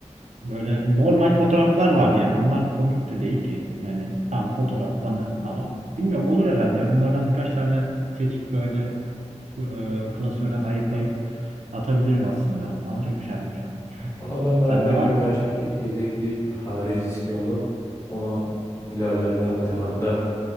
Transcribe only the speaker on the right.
böyle normal fotoğraflar var yani onlar komik de değil ki. Yani tam fotoğraf anı ama bilmiyorum olur herhalde. ya. Onlardan birkaç tane seçip böyle e, klasörden ayıklayıp atabilirim aslında. Ama çok üşendim şu an.
Sende var
mı
ki?